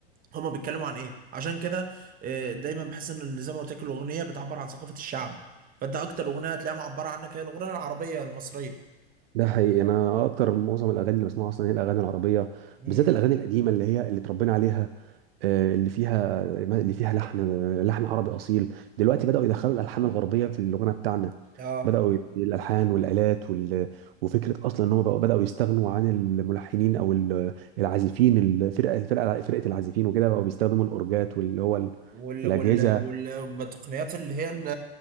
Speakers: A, on the right; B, on the right.
A: هما بيتكلموا عن ايه عشان كده آه، دايما بحس ان اللي زي ما قلت لك الاغنية بتعبر عن ثقافة الشعب فانت اكتر اغنية هتلاقيها معبرة عنك هي الاغنية العربية المصرية
B: ده حقيقي انا اكتر معظم الاغاني اللي بسمعها اصلا هي الاغاني العربيه
A: م-
B: بالذات الاغاني القديمه اللي هي اللي اتربينا عليها آه، اللي فيها اللي فيها لحن لحن عربي اصيل دلوقتي
A: م- م.
B: بداوا يدخلوا الالحان الغربيه في الغنى بتاعنا
A: اه
B: بداوا ي- الالحان والالات وال... وفكره اصلا ان هم بقوا بداوا يستغنوا عن الملحنين او ال- العازفين الفرقه الفرقه فرقه العازفين وكده بقوا بيستخدموا الاورجات واللي هو ال-
A: وال
B: الاجهزه
A: وال وال- والتقنيات اللي هي ال-